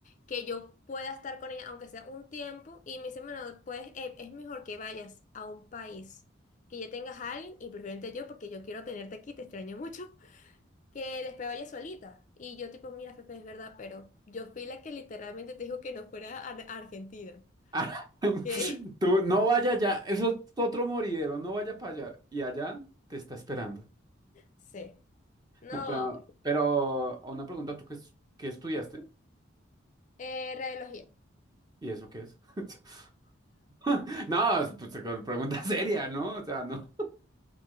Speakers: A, on the left; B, on the right.
A: que yo pueda estar con ella aunque sea un tiempo y me dice, bueno, pues eh, es mejor que vayas a un país que ya tengas a alguien y preferente yo porque yo quiero tenerte aquí, te extraño mucho, <laughs> que después vayas solita. Y yo tipo, mira, Fefe, es verdad, pero yo fui la que literalmente te dijo que no fuera a a Argentina.
B: Ah,
A: <laughs>
B: <laughs>
A: ¿Qué?
B: tú no vaya allá, eso es otro moridero, no vaya para allá. Y allá te está esperando.
A: Sí. No,
B: No, pero, pero una pregunta, ¿tú qué, es- qué estudiaste?
A: eh, radiología.
B: ¿Y eso qué es? <laughs> No, es, pues, pregunta <laughs> seria, ¿no? O sea, no.